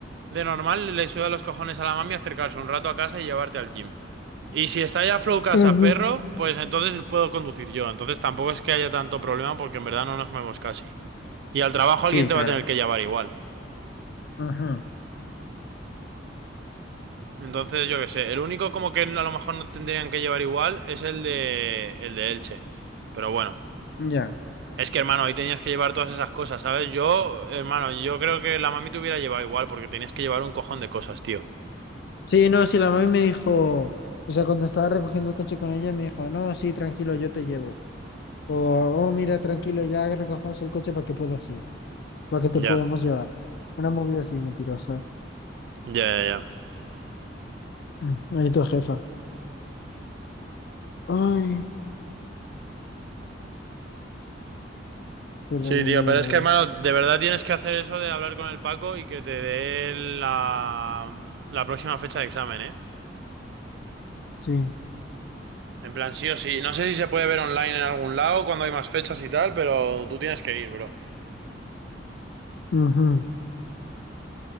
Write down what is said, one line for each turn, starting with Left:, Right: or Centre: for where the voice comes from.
Right: de normal le suda los cojones a la mami acercarse un rato a casa y llevarte al gym. Y si está ya flow casa
Left: Ujú.
Right: perro, pues entonces puedo conducir yo. Entonces tampoco es que haya tanto problema porque en verdad no nos movemos casi. Y al trabajo
Left: Sí,
Right: alguien te
Left: claro.
Right: va a tener que llevar igual.
Left: Ajá.
Right: Entonces, yo qué sé, el único como que a lo mejor no tendrían que llevar igual es el de el de Elche. Pero bueno,
Left: Ya.
Right: es que hermano, ahí tenías que llevar todas esas cosas, ¿sabes? Yo, hermano, yo creo que la mami te hubiera llevado igual porque tenías que llevar un cojón de cosas, tío.
Left: Sí, no, sí, la mami me dijo, o sea, cuando estaba recogiendo el coche con ella, me dijo, no, sí, tranquilo, yo te llevo. O, oh, mira, tranquilo, ya recogemos el coche para que puedas ir, para que te
Right: Ya,
Left: podamos llevar. Una movida así mentirosa.
Right: ya, ya, ya.
Left: Mm, Ahí tu jefa. Ay, pero
Right: Sí,
Left: ni
Right: tío,
Left: idea,
Right: pero es
Left: bro.
Right: que hermano, de verdad tienes que hacer eso de hablar con el Paco y que te dé la la próxima fecha de examen, ¿eh?
Left: Sí,
Right: En plan, sí o sí. No sé si se puede ver online en algún lado cuando hay más fechas y tal, pero tú tienes que ir, bro.
Left: ujú,